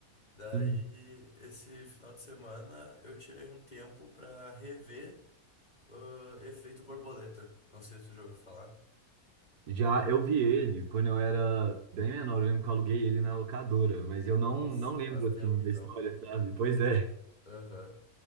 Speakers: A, on the left; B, on the right.
A: Daí,
B: Sim.
A: esse final de semana, eu tirei um tempo pra rever ah, Efeito Borboleta. Não sei se tu já ouviu falar.
B: Já eu vi ele quando eu era bem menor, eu lembro que eu aluguei ele na locadora, mas eu não,
A: Nossa,
B: não lembro,
A: faz tempo
B: assim,
A: então.
B: da história, sabe? Pois é,
A: Aham.